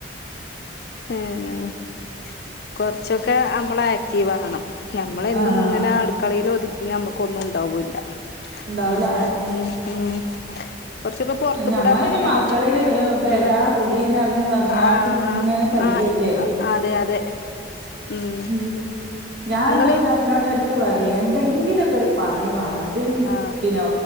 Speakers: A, on the left (about 60°); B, on the right (about 80°).
A: ഏഹ്. കൊറച്ചൊക്കെ നമ്മളാക്റ്റീവ് ആവണം. നമ്മളെന്നും
B: ആഹ്
A: അടുക്കളേൽ ഒതുങ്ങ്യ നമുക്കൊന്നും ഉണ്ടാവൂല്ല.
B: ഇണ്ടാവൂല
A: ഉം ഉം ഉം കൊറച്ചൊക്കെ പൊറത്ത്
B: ഞമ്മളെ
A: കൂടെ എറങ്ങിങ്ങാണ്ടൊന്ന്
B: പിന്നെ മക്കള് പെരാ
A: ഉം
B: കുടീ നർഞ്ഞു പർഞ്ഞാട്ട്
A: ആഹ്
B: ഇങ്ങനെ കയ്യല്ലേ.
A: ആഹ് അതെ അതെ ഉം
B: ഉഹും. ഞാൻ
A: ഇങ്ങള്
B: ഇന്റെ പുതാപ്പ്യൾനോട് എടക്ക് പറിം.
A: ഉം
B: എന്തെങ്കിലു ഒക്കൊരു പണി വാണം തെത്
A: ആഹ്
B: പിന്നെ